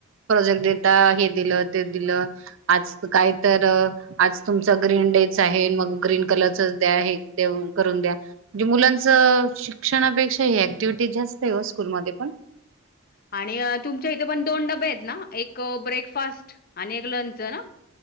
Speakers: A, on the right (about 65°); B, on the left (about 40°).
A: प्रोजेक्ट देता, हे दिलं, ते दिलं, आज काही तर आज तुमच ग्रीन. ंडेच आहे, मग ग्रीन कलरचच द्या, हे. करून द्या, म्हणजे मुलांच शिक्षणापेक्षा ह ऍक्टिव्हिटी जास्त आहे ओ स्कूलमध्ये पण.
B: ह <unintelligible> आणि तुमच्या इथे पण दोन डबे आहेत ना, एक ब्रेकफास्ट आणि एक लंच ना.